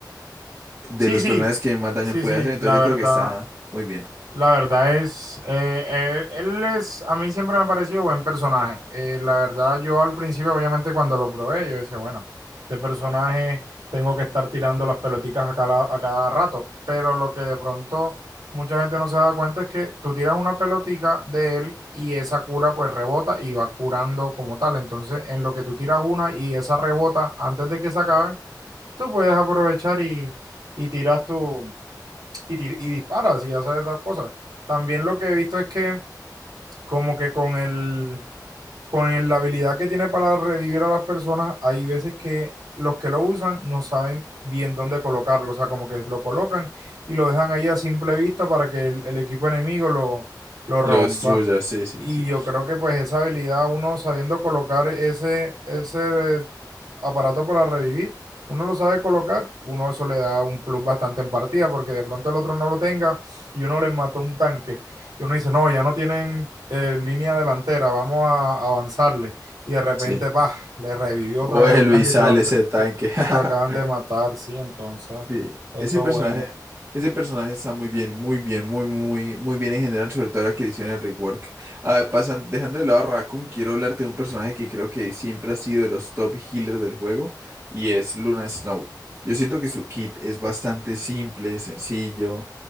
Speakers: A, on the right; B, on the right.
A: de
B: Sí,
A: los
B: sí,
A: personajes que más daño
B: sí,
A: puede
B: sí,
A: hacer, entonces
B: la verdad,
A: yo creo que está muy bien.
B: la verdad es, eh, eh, él es, a mí siempre me ha parecido buen personaje. Eh, la verdad, yo al principio, obviamente, cuando lo probé, yo decía, bueno, este personaje tengo que estar tirando las pelotitas a cada, a cada rato, pero lo que de pronto mucha gente no se da cuenta es que tú tiras una pelotica de él y esa cura pues rebota y va curando como tal. Entonces, en lo que tú tiras una y esa rebota antes de que se acabe tú puedes aprovechar y, y tiras tu, y, tir- y disparas y haces esas cosas. También lo que he visto es que como que con el, con el- la habilidad que tiene para revivir a las personas, hay veces que los que lo usan no saben bien dónde colocarlo, o sea, como que lo colocan y lo dejan ahí a simple vista para que el, el equipo enemigo lo, lo rompa.
A: Lo destruya, sí, sí,
B: Y
A: sí.
B: yo creo que pues esa habilidad, uno sabiendo colocar ese, ese aparato para revivir, uno lo sabe colocar, uno eso le da un plus bastante en partida, porque de pronto el otro no lo tenga y uno les mató un tanque. Y uno dice, no, ya no tienen eh, línea delantera, vamos a avanzarle. Y de repente,
A: Sí.
B: pa, le revivió
A: Vuelve
B: otra vez el tanque
A: y sale
B: que lo, ac-
A: ese tanque.
B: que- que lo acaban
A: <laughs>
B: de matar, sí, entonces,
A: Sí,
B: eso
A: ese personaje,
B: es bueno.
A: ese personaje está muy bien, muy bien, muy, muy, muy bien en general, sobre todo la que le hicieron el rework. A ver, pasan, dejando de lado a Raccoon, quiero hablarte de un personaje que creo que siempre ha sido de los top healers del juego, y es Luna Snow. Yo siento que su kit es bastante simple, sencillo,